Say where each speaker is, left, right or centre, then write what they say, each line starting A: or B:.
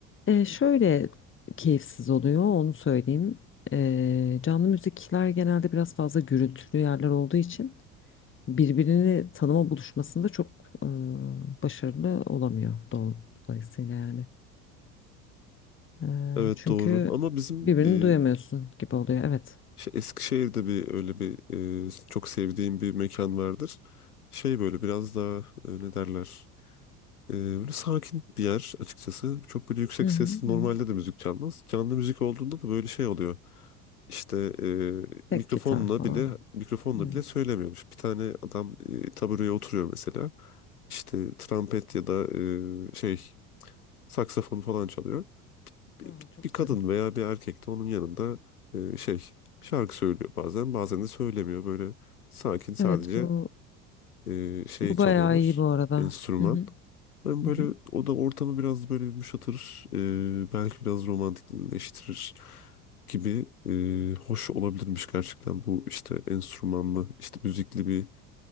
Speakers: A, on the left; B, on the left.
A: E, şöyle keyifsiz oluyor onu söyleyeyim. E, canlı müzikler genelde biraz fazla gürültülü yerler olduğu için birbirini tanıma buluşmasında çok e, başarılı olamıyor dolayısıyla yani. E,
B: Evet
A: çünkü
B: doğru ama bizim
A: birbirini
B: e,
A: duyamıyorsun gibi oluyor evet.
B: şey, Eskişehir'de bir öyle bir e, çok sevdiğim bir mekan vardır. Şey böyle biraz daha e, ne derler? Ee, böyle sakin bir yer açıkçası. Çok böyle yüksek
A: Hı hı,
B: sesli
A: hı.
B: normalde de müzik çalmaz. Canlı müzik olduğunda da böyle şey oluyor. İşte e, mikrofonla
A: Tek gitar falan.
B: bile mikrofonla
A: Hı.
B: bile söylemiyormuş. Bir tane adam e, tabureye oturuyor mesela. İşte trompet ya da e, şey saksafon falan çalıyor. Bir,
A: Aa, çok
B: bir kadın
A: zarif.
B: veya bir erkek de onun yanında e, şey şarkı söylüyor bazen bazen de söylemiyor. Böyle sakin sadece
A: Evet bu
B: e, şey
A: bu
B: çalıyorlar.
A: bayağı iyi bu arada.
B: Enstrüman.
A: Hı hı,
B: Ben
A: hı
B: böyle
A: hı.
B: o da ortamı biraz böyle yumuşatır. e, belki biraz romantikleştirir gibi e, hoş olabilirmiş gerçekten bu işte enstrümanlı işte müzikli bir